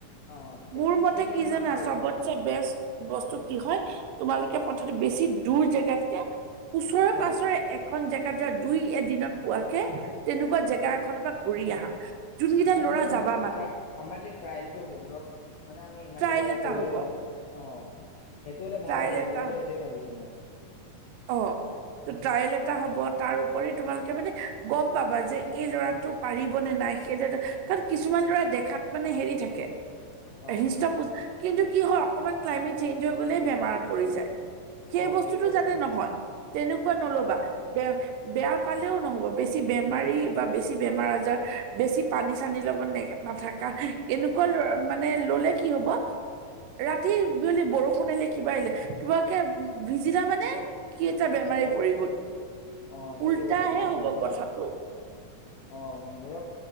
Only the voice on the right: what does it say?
মোৰ মতে
কি
জানা
চবতছেে
বেষ্ট বস্তু কি হয় তোমালোকে বেছি দূৰ জেগাতকে ওচৰে পাছৰে
এখন জেগাত ধৰা দুই এদিনত পোৱাকে তেনেকুৱা জেগা এখনৰ পৰা ঘুৰি আহা যোনকেইটা
ল'ৰা
যাবা
ট্ৰায়েল
এটা
হ'ব
ট্ৰায়েল
এটা
অ ট্ৰায়েল এটা হ'ব
তাৰ উপৰি তোমালোকে মানে গম পাবা যে এই ল'ৰাটো পাৰিব নে নাই সেই লৰা কাৰণ কিছুমান ল'ৰা দেখাত মানে হেৰি থাকে
হৃষ্ট পোজ কিন্তু কি হয় অকমান নডজ চেঞ্জ হৈ গ'লেই বেমাৰত পৰি যায় সেই
বস্তুতটো
জানতে
নহয় তেনেকুৱা নলবা
ব বেয়া পালেও নহ'ব বেছি বেমাৰী বা বেছি বেমাৰ আজাৰ বেছি পানী চানীৰ লগত নোগ নাথাককা এনেকুৱা মানে ললে কি হব ৰাতি বিয়লি বৰষুণ আহিলে কিবা আহিলে তোমাকে ভিজিলা মানে কি এটা বেমাৰ
পৰি গল
উল্টাহে
হ'ব
কথাটো